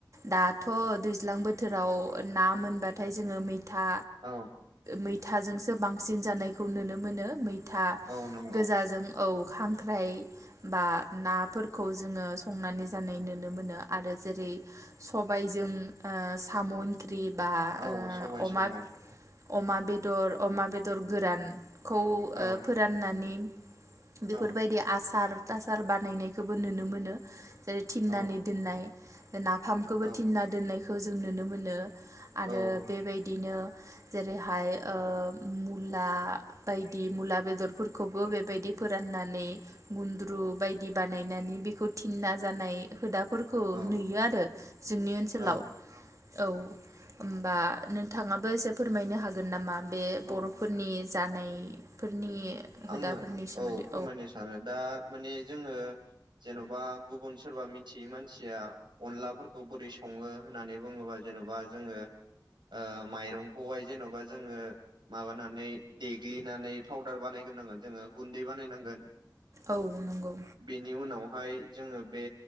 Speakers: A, on the right; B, on the right.
A: दाथ' दैज्लां बोथोराव ना मोनबा नाथाय जोङो मैथा
B: औ
A: मैथाजोंसो बांसिन जानायखौ नुनो मोनो मै था
B: औ नंगौ
A: गोजाजों औ खांख्राइ बा नाफोरखौ जोङो संनानै जानाय नुनो मोनो आरो जेरै सबायजों आ साम ओंख्रि बा
B: औ सबाय
A: ओ अमा
B: साम
A: अमा बेदर अमा बेदर गोरानखौ ओ
B: औ
A: फोराननानै बेफोरबायदि
B: औ
A: आसार थासार बानायनायखौबो नुनो मोनो। थिननानै
B: औ
A: दोननाय नाफामखौबो
B: औ
A: थिनना दोननायखौ जों नुनो मोनो।
B: औ
A: आरो बेबायदिनो जेरैहाय ओ मुला बायदि मुला बेदरफोरखौ बो बेबायदि फोराननानै गुन्द्रु बायदि बानायनानै बेखौ थिना जानाय दाफोरखौ
B: औ औ
A: नुयो आरो जोंनि ओनसोलाव
B: औ
A: औ होनबा नोंथाङाबो एसे फोरमायनो हागोन नामा बे
B: औ
A: बरफोरनि जानायफोरनि हुदाफोरनि
B: आङो
A: सोमोन्दै
B: औ फोरमायनो सानो दा माने जोङो जेनबा गुबुन सोरबा मिथियै मानसिया अनलाफोरखौ बोरै सङो होननानै बुङोबा जेन बा जोङो आ माइरंखौहाय जेनबा जोङो माबानानै देग्लिनानै पाउदार बानायगो रोनागोन जोङो गुन्दै बानायनांगोन
A: औ नंगौ
B: बेनि उनावहाय जोङो बे